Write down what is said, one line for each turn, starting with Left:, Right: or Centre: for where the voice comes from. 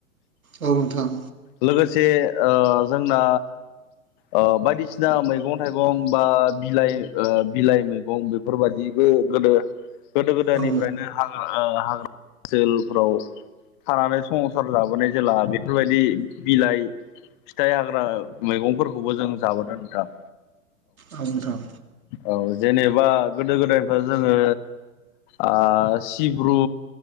Right: औ नोंथां।
Left: लोगोसे ओ जोंना ओ बायदिसिना मैगं थाइगं बा बिलाइ ओ बिलाइ मैगं बेफोरबायदिबो गोदो गोदो गोदायनिफ्रायनो
Right: औ नोंथां औ
Left: हाग्रा ओ हाग्रा ओनसोलफोराव थानानै संसार जाबोनाय जेला बेफोरबायदि बिलाइ फिथाइ हाग्रा मैगंफोरखौबो जों जाबोदों नोंथां।
Right: औ नोंथां
Left: औ जेनेबा गोदो गोदायनिफ्राय जोङो ओ सिब्रु